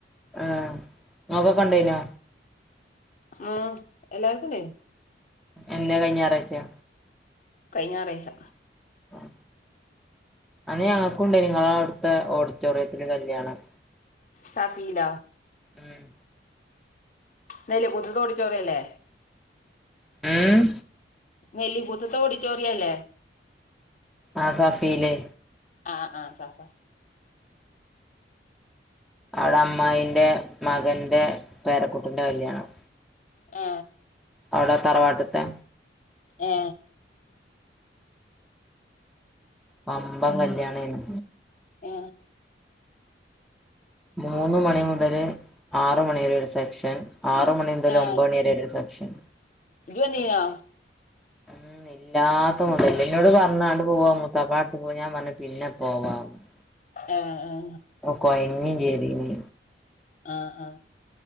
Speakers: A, in the centre; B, on the left (about 45°).
A: ആ ഇങ്ങക്കൊക്കെണ്ടെയ്നോ
B: ആ എല്ലാർക്കുംണ്ടെയ്നി
A: എന്നെ കയ്ഞ്ഞ ഞാറാച്ച്യാേ
B: കയ്ഞ്ഞ ഞാറായ്ച്ച
A: ആ അന്ന് ഞങ്ങക്കുണ്ടെയ്നി ഇങ്ങളെ അവ്ട്ത്തെ ഓഡിറ്റോറിയത്തില് കല്യാണം
B: സഫീല
A: ഉം
B: <unintelligible> ല് കുതുതോടിറ്റോറിയല്ലേ
A: ഊം
B: നെല്ലിക്കൂത്ത്ത്തെ ഓടിറ്റോറിയല്ലേ
A: ആ സഫീലെ
B: ആ ആ സാഫാ
A: അവള അമ്മായിന്റെ മകന്റെ പേരക്കൂട്ടിന്റെ കല്യാണം
B: ആ
A: അവ്ടെ തറവാട്ട്ത്തെ
B: ഏ
A: വമ്പം കല്യാണേനു
B: ഏ
A: മൂന്ന് മണി മുതല് ആറ് മണി വരെ ഒര് സെക്ഷൻ ആറ് മണി മുതൽ
B: ഏ
A: ഒമ്പണി വരെ ഒര് സെക്ഷൻ
B: ഇജ്ജ് വന്നീനോ
A: ഉം ല്ലാത്ത മാെതലല്ലേ ന്നാേട് പറഞ്ഞ് ആണ്ട് പോവാ മുത്താപ്പാന്റെട്ത്ത്ക്കോവ ഞാൻ പറഞ്ഞ് പിന്നെ പോവാന്ന്
B: ഏ ഏ
A: കൊയ്ങ്ങിം ചെയ്‌തീനി
B: ആ ആ